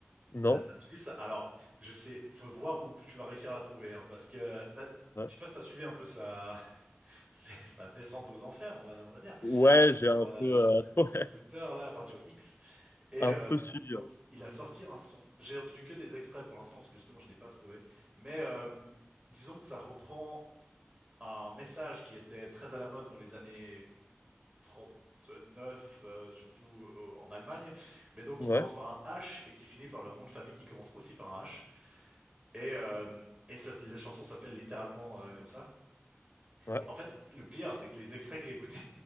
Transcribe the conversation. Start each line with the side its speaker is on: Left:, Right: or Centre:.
Left: Non?
Right: T'as t'as suivi ça? Alors, je sais, faut voir où tu vas réussir à la trouver, hein, parce que, bah,
Left: Ouais,
Right: je sais pas si t'as suivi un peu sa, <laughs> sa descente aux enfers, on va, on va dire,
Left: Ouais, j'ai
Right: sur,
Left: un
Right: euh,
Left: peu euh, <laughs>
Right: sur Twitter, là, enfin, sur X. Et
Left: un
Right: euh,
Left: peu suivi.
Right: donc, il a sorti un son. J'ai entendu que des extraits pour l'instant, parce que justement, je l'ai pas trouvé. Mais euh, disons que ça reprend un message qui était très à la mode dans les années 39, euh, surtout euh, en Allemagne. Mais donc, qui
Left: Ouais.
Right: commence par un H et qui finit par leur nom de famille qui commence aussi par un H. Et, euh, et ça, la chanson s'appelle littéralement euh, comme ça.
Left: Ouais.
Right: Et en fait, le pire, c'est que les extraits que j'ai écoutés,